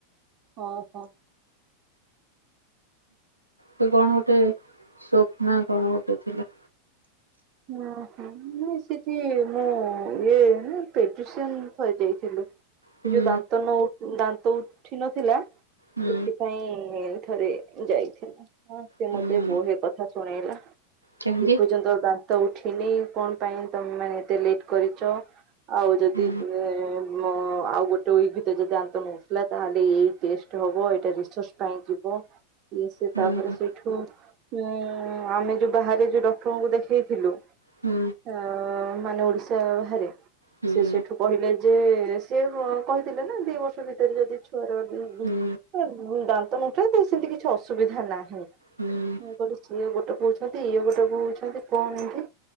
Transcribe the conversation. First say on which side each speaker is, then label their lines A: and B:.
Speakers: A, on the right (about 35°); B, on the right (about 85°).
A: ଓହୋ।
B: ତ କଣ ଗୋଟେ ସ୍ୱପ୍ନା କଣ ଗୋଟେ ଥିଲା।
A: ଉଁ ହୁଁ ନାଁଇ ସେଠି ମୁଁ ଇଏ <unintelligible> ଯାଇଥିଲୁ।
B: ହୁଁ
A: ଏ ଯୋଉ ଦାନ୍ତ ନ ଉଠ୍ ଦାନ୍ତ ଉଠି ନଥିଲା।
B: ହୁଁ
A: ସେଥିପାଇଁ ଥରେ ଯାଇଥିଲା। ହଁ ସେ
B: ହୁଁ
A: ମତେ ବହେ କଥା ଶୁଣେଇଲା
B: କାହିଁକି
A: ଏପର୍ଯ୍ୟନ୍ତ ଦା ନ୍ତ ଉଠିନି କଣ ପାଇଁ ତମେ ମାନେ ଏତେ ଲେଟ୍ କରିଚ। ଆଉ ଯଦି
B: ହୁଁ
A: ନେ ମୋ ଆଉ ଗୋଟେ ଉଇକ୍ ଭିତରେ ଯଦି ଦାନ୍ତ ନଉଠିଲା ତାହେଲେ ଏଇ ଟେଷ୍ଟ ହବ ଏଇଟା ରିସର୍ଚ ପାଇଁ ଯିବ। ଏ ସେ
B: ହୁଁ
A: ତାପରେ ସେଇଠୁ ଉଁ ଆମେ ଯୋଉ ବାହାରେ ଯୋଉ ଡକ୍ଟରଙ୍କୁ ଦେଖେଇ ଥିଲୁ
B: ହୁଁ
A: ଆ ମାନେ ଓଡିଶା ବାହାରେ।
B: ହୁଁ ହୁଁ
A: ସେ ସେଇଠୁ କହିଲେ ଯେ ସେ କ-କହିଥିଲେ ନା ଦି ବର୍ଷ ଭିତରେ ଯଦି ଛୁଆର ଉଁ ଉଁ
B: ହୁଁ
A: ଏ ଦାନ୍ତ ନ‌ଉଠେ କିନ୍ତୁ ସେମିତି କିଛି ଅସୁବିଧା ନାହିଁ।
B: ହୁଁ
A: ମୁଁ ଗୋଟେ ସିଏ ଗୋଟେ କୋହୁଛନ୍ତି ଇଏ ଗୋଟେ କୋହୁଛନ୍ତି। କଣ ଏମତି?